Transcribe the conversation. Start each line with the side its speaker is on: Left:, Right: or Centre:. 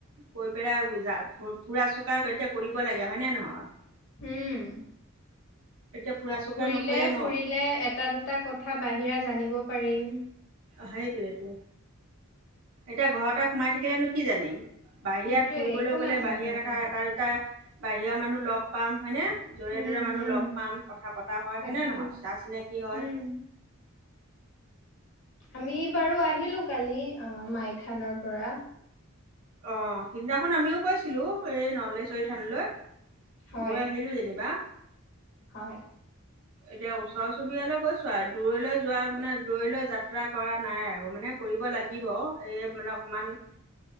Right: কৈ পেলাই যা-ফু-ফুৰা চোকা কৰিব লাগে হয়, নে নহয়?
Left: হম।
Right: এতিয়া ফুৰা চকা
Left: ঘূৰিলে,
Right: নকৰিলে ন
Left: ফুৰিলে এটা, দুটা কথা বাহিৰা জানিব পাৰিম।
Right: হেইটোইটো, এতিয়া ঘৰতে সোমাই থাকিলেনো কি জানিম? বাহিৰত
Left: সেইটোয়ে
Right: ফুৰিবলৈ
Left: একো
Right: গ'লে
Left: নাজানোতো
Right: বাহিৰা কথা এটা, দুটা বাহিৰৰ মানুহ লগ পাম। হয়নে? য'ৰে
Left: উম
Right: ত'ৰে মানুহ
Left: উম
Right: লগ পাম কথা পতা হয়,
Left: তাকেই
Right: হয়নে নহয়? চা চিনাকি হয়।
Left: উম আমি বাৰু আহিলোঁ কালি, অ', মাইথানৰ পৰা।
Right: অ' সিদিনাখন আমিওঁ গৈছিলো এই নলেশ্বৰী থানলৈ।
Left: হয়
Right: গৈ আহিলো যেনিবা।
Left: হয়।
Right: এতিয়া ওচৰ চুবুৰীয়ালৈ গৈছো আৰু দূৰলৈ যোৱা মানে দূৰলৈ যাত্ৰা কৰা নাই আৰু মানে। কৰিব লাগিব এই মানে অকণমান-